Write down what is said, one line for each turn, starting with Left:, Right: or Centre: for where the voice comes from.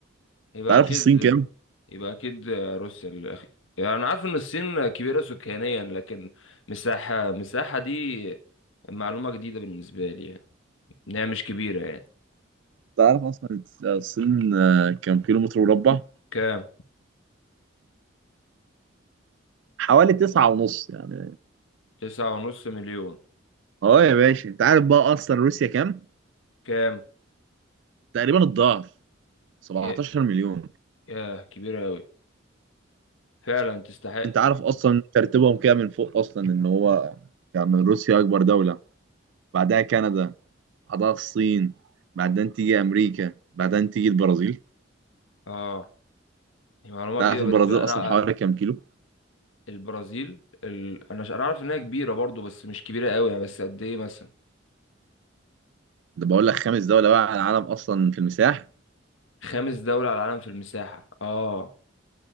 Left: يبقى
Right: تعرف
Left: اكيد
Right: الصين كام؟
Left: يبقى اكيد روسيا الاخير يعني انا عارف ان الصين كبيره سكانيا لكن مساحه مساحه دي معلومه جديده بالنسبه لي يعني ان هي مش كبيره يعني
Right: تعرف اصلا الصين آه، كام كيلو متر مربع
Left: كام
Right: حوالي تسعة ونص يعني
Left: تسعة ونص مليون
Right: اه يا باشا انت عارف بقى اصلا روسيا كام
Left: كام
Right: تقريبا الضعف 17
Left: ياه
Right: مليون
Left: ياه، كبيره قوي فعلا تستحق
Right: انت عارف اصلا ترتيبهم كده من فوق اصلا ان هو يعني روسيا اكبر دولة بعدها كندا بعدها الصين بعدين تيجي امريكا بعدين تيجي البرازيل
Left: اه دي معلومه
Right: انت
Left: جديده
Right: عارف البرازيل
Left: بالنسبه لي انا
Right: اصلا حوالي
Left: آه،
Right: كام كيلو
Left: البرازيل ال... انا ش- انا عارف انها كبيره برضو بس مش كبيره قوي يعني بس قد ايه مثلا
Right: ده بقول لك خامس دولة بقى على العالم اصلا في المساحة
Left: خامس دوله على العالم في المساحه اه